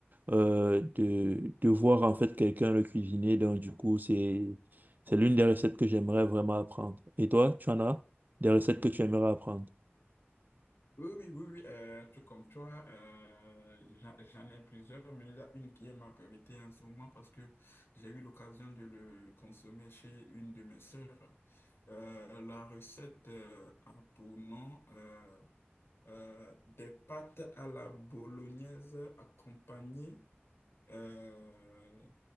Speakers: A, on the right; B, on the left.
A: euh, de, de voir en fait quelqu'un le cuisiner. Donc du coup, c'est, c'est l'une des recettes que j'aimerais vraiment apprendre. Et toi, tu en as des recettes que tu aimerais apprendre?
B: Oui, oui, oui, oui, euh, tout comme toi, euh, j'en j'en ai plusieurs, mais il y a une qui est ma priorité en ce moment parce que j'ai eu l'occasion de le consommer chez une de mes sœurs. Euh, la recette euh, a pour nom euh, euh, des pâtes à la bolognaise accompagnées euh,